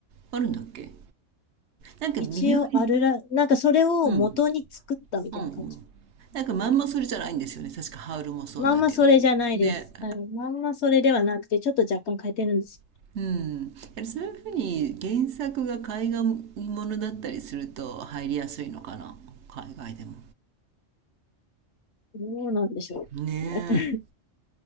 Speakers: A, on the right (about 65°); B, on the left (about 60°).
A: あるんだっけなんか微妙に
B: 一応あるら、なんかそれを元に作ったみたいな感じ。
A: うんうんうんなんかまんまそれじゃないんですよね確かハウルもそうだけどね
B: まんまそれじゃないです。はい。まんまそれではなくて、ちょっと若干変えてるんです
A: <laughs> うんやはりそういうふうに原作が海外ものだったりすると入りやすいのかな海外でも
B: よ。どうなんでしょうね。
A: ねえ
B: <laughs>